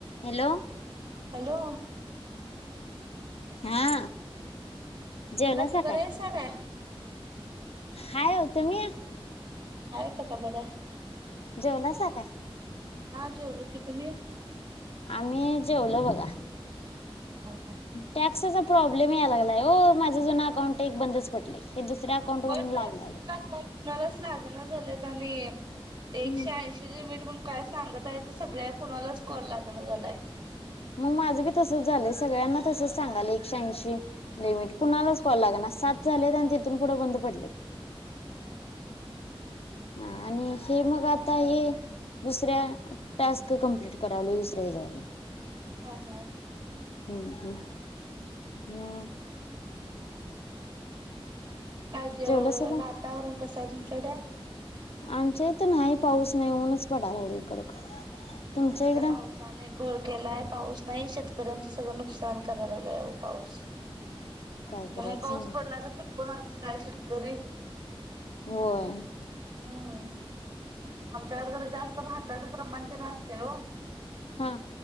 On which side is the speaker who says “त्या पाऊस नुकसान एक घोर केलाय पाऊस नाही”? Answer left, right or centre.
Right